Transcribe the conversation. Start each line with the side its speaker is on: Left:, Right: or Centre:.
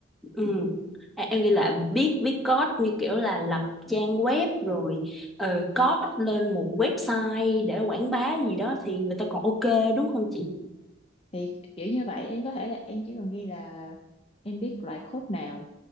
Centre: ừm. À, em ghi là viết viết code như kiểu là lập trang web rồi ờ, code lên một website để quảng bá gì đó thì người ta còn ok đúng không chị?
Left: thì kiểu như vậy em có thể là em chỉ cần ghi là em biết loại code nào